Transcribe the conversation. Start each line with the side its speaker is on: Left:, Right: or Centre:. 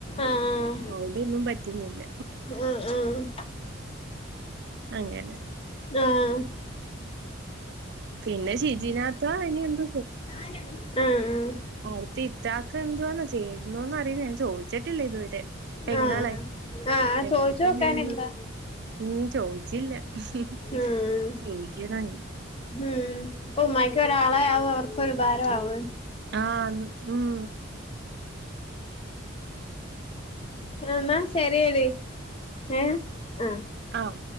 Left: ആഹ് ആഹ്
Right: അതൊണ്ടൊന്നും പറ്റുന്നില്ല
Left: ആഹ് ആഹ്
Right: അങ്ങനെ
Left: ആഹ് ആഹ്
Right: പിന്നെ <unintelligible> ഇനി എന്ത
Left: ആഹ് ആഹ്
Right: ആടുത്തെ ഇത്താക്ക് എന്തുവാന്ന ചേരുന്നോന്ന് അറിയില്ല ഞാൻ ചോയിച്ചിട്ടില്ല ഇതുവരെ പെങ്ങളെ
Left: ആഹ് ആഹ്
Right: പെങ്ങളടുത്ത്
Left: ചോയ്ചോക്കാനെന്താ
Right: എന്തെങ്കിലും ചോദി- ഉം ചോയിച്ചില്ല <unintelligible>
Left: ഉം ഉം ഇപ്പ ഉമ്മായിക്ക് ഒരാളെ ആവും അവർക്കൊരുപകാരാവു ആവൂ
Right: ആഹ് ഉം
Left: ആഹ് എന്നാ ശരിയടി ഏഹ് ആഹ്
Right: ആഹ്